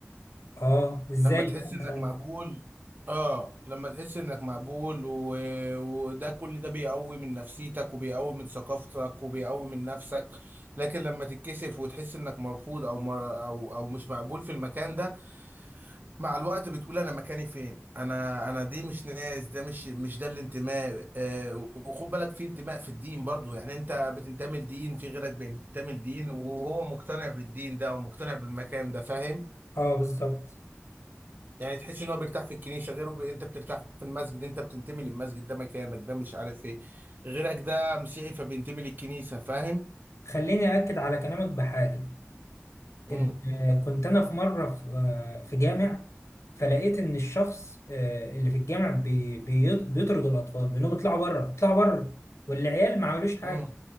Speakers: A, on the left; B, on the right.
A: اه ازاي
B: لما تحس
A: يعني
B: انك
A: مثلا
B: مقبول اه لما تحس انك مقبول و... وده كل ده بيقوي من نفسيتك وبيقوي من ثقافتك وبيقوي من نفسك لكن لما تتكسف وتحس انك مرفوض او مر... او او مش مقبول في المكان ده مع الوقت بتقول انا مكاني فين انا انا دي مش ناس ده مش مش ده الانتماء آه وخد بالك في انتماء في الدين برضو يعني انت بتنتمي لدين في غيرك بينتمي لدين وهو مقتنع بالدين ده ومقتنع بالمكان ده فاهم
A: اه بالظبط
B: يعني تحس ان هو بيرتاح في الكنيسه غيره بي... انت بترتاح في المسجد انت بتنتمي للمسجد ده مكانك ده مش عارف ايه غيرك ده مسيحي فبينتمي للكنيسه فاهم
A: خليني اكد على كلامك بحاجه
B: امم
A: ال- آه، كنت انا في مره في آه، في جامع فلقيت ان الشخص آه، اللي في الجامع بي- بي- بيطرد الاطفال بيقول لهم اطلعوا بره اطلعوا بره والعيال ما عملوش حاجه
B: امم